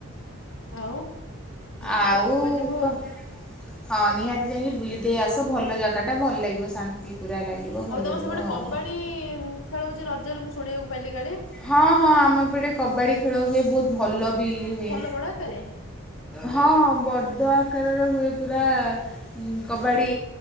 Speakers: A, on the left (about 70°); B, in the centre.
A: ଆଉ ଏ ବବେ
B: ଆଉ
A: ତ ପକା ଯିବୁ
B: କ
A: ଆଉ।
B: ହଁ ନିହାତି ଯାଇକି ବୁଲିଦେଇ ଆସ ଭଲ ଜାଗା ଟା ଭଲ ଲାଗିବ ଶାନ୍ତି ପୁରା ଲାଗିବ। ଭଲ
A: ଆଉ ତମର
B: ଲାଗିବ
A: ସେପଟେ କବାଡି
B: ଆଉ
A: ଖେଳ ହଉଚି ରଜରେ ମୁଁ ଶୁଣିବାକୁ ପାଇଲି କାଳେ?
B: ହଁ ହଁ ଆମ ଏପଟେ କବାଡ଼ି ଖେଳ ହୁଏ ବହୁତ ଭଲ ବି ହୁଏ।
A: ବଡ଼ ଆକାରେ?
B: ହଁ ବଡ ଆକାରରେ ହୁଏ ପୁରା କବାଡ଼ି